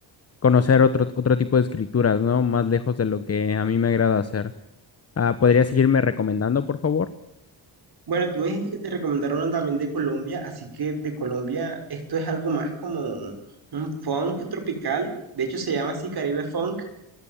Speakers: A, on the left; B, on the right.
A: conocer otro, otro tipo de escrituras, ¿no? Más lejos de lo que a mí me agrada hacer. Ah, ¿podría seguirme recomendando, por favor?
B: Bueno, tú me dijiste que te recomendaron una también de Colombia, así que de Colombia esto es algo más como un funk tropical, de hecho se llama así Caribe Funk